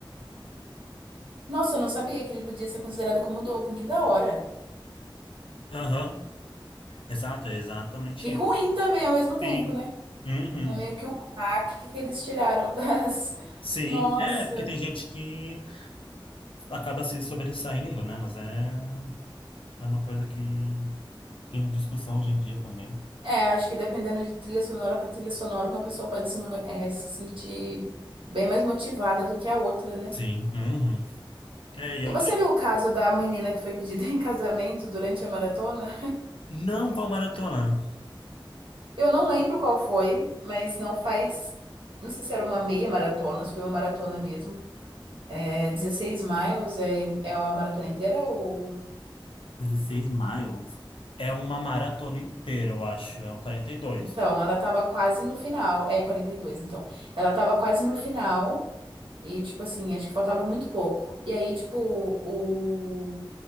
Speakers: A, on the right; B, on the left.
A: Nossa, eu não sabia que ele podia ser considerado como doping, que da hora.
B: Aham. Exato, é exatamente
A: Que ruim
B: isso.
A: também ao mesmo tempo,
B: Sim.
A: né?
B: Uhum.
A: É meio que um hack que eles tiraram <laughs> das.
B: Sim,
A: Nossa.
B: é, porque tem gente que acaba se sobressaindo, né? Mas é, é uma coisa que tem discussão hoje em dia também.
A: É, acho que dependendo de trilha sonora para trilha sonora, uma pessoa pode se, mo- é, se sentir bem mais motivada do que a outra, né?
B: Sim. Uhum. É, e
A: E
B: outra.
A: você viu o caso da menina que foi pedida <laughs> em casamento durante a maratona?
B: Não qual maratona.
A: Eu não lembro qual foi, mas não faz. Não sei se era uma meia maratona, se foi uma maratona mesmo. É 16 miles, é, é a maratona inteira ou.
B: dezesseis miles. É uma maratona inteira, eu acho. É uma quarenta e dois
A: Então, ela tava quase no final. É 42, então. Ela tava quase no final. E, tipo assim, acho que faltava muito pouco. E aí, tipo, o